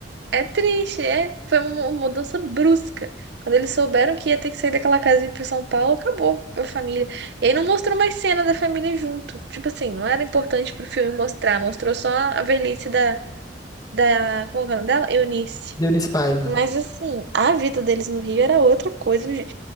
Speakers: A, on the right; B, on the left.
A: É triste, é. Foi uma uma mudança brusca. Quando eles souberam que ia ter que sair daquela casa e ir pra São Paulo, acabou a família. E aí não mostrou mais cena da família junto. Tipo assim, não era importante pro filme mostrar. Mostrou só a velhice da, da, como é que é o nome dela? Eunice.
B: Do Eunice Paiva.
A: Mas assim, a vida deles no Rio era outra coisa. O, je-